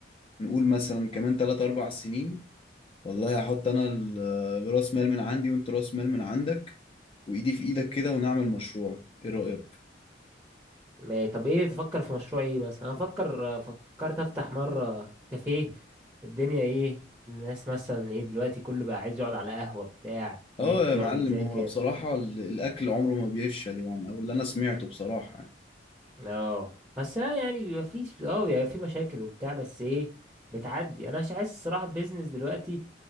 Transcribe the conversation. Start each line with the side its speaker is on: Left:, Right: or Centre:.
Left: نقول مثلا كمان 3 4 سنين والله هحط انا ال- آه، راس مال من عندي وانت راس مال من عندك وايدي في ايدك كده ونعمل مشروع ايه رأيك
Right: ما- طب ايه تفكر في مشروع ايه مثلا انا فكر ف- فكرت افتح مرة كافيه الدنيا ايه الناس مثلا ايه دلوقتي كله بقى عايز يقعد على قهوة بتاع
Left: اه
Right: نت
Left: يا
Right: يقعد
Left: معلم
Right: يذاكر
Left: هو بصراحة ال- الأكل عمره ما بيفشل يعني أو اللي أنا سمعته بصراحة يعني.
Right: اه بس لا يعني بيبقى فيش اه بيبقى في مشاكل وبتاع بس ايه بتعدي انا مش عايز الصراحة بيزنس دلوقتي